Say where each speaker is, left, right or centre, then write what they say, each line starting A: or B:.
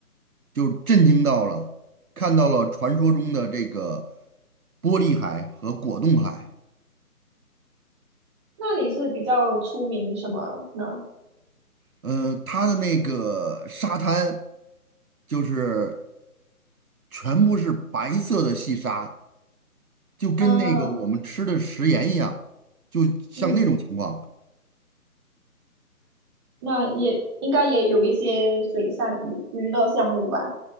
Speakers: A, on the right; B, on the right.
A: 就震惊到了，看到了传说中的这个玻璃海和果冻海。
B: 那里是比较出名什么呢？
A: 嗯，它的那个沙滩就是全部是白色的细沙，就跟那个我们吃的食盐一样，
B: 啊，
A: 就像那种情况。
B: 嗯，那也应该也有一些水上娱娱乐项目吧？